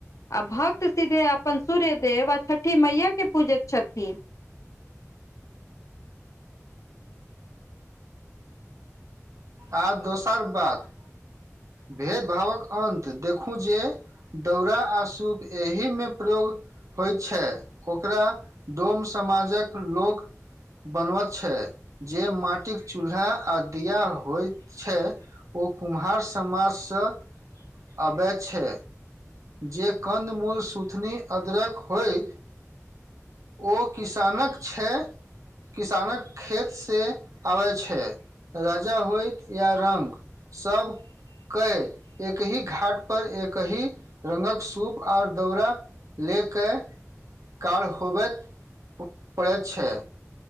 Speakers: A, on the left; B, on the right.
A: आ भक्त सीधे अपन सूर्य देव आ छठि मैयै के पूजैत छथी।
B: आर दोसर बात भेदभावक अन्त देखू जे दौरा आ सूप एहिमे प्रयोग होइ छै ओकरा डोम समाजक लोक बनबत छै जे माटिक चूल्हा आ दिया होइत छै ओ कुम्हार समाजस अबैत छै। जे कन्द मूल, सूथनी, अदरक होय ओ किसानक छै। किसानक खेतसे आबै छै राजा होइत या रंक। सब कय एकहि घाट पर एकहि रंगक सूप आओर दौरा ले के काल होबैत पड़ैत छै।